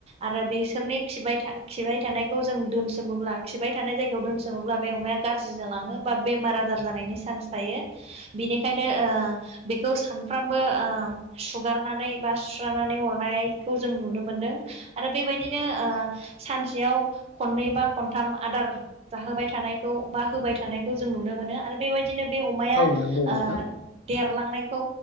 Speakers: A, on the right; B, on the left.
A: आरो बिसोरनि खिबाय थाना खिबाय थानायखौ जों दोनसोमोब्ला खिबाय थानाय जायगायाव दोनसोमोब्ला बे अमाया गाज्रि जालाङो बा बेमार आजार जानायनि चान्स थायो बिनिखायनो ओ बेखौ सानफ्रामबो ओ सुगारनानै बा सुस्रानानै हरनायखौ जों नुनो मोनदों आरो बेबायदिनो सानसेयाव खननै बा खनथाम आदार जाहोबाय थानायखौ बा होबाय थानायखौ जों नुनो मोनो आरो बेबायदि बिदिनो बे अमाया
B: औ नंगौ
A: ओ
B: नोंथां
A: देरलां खौ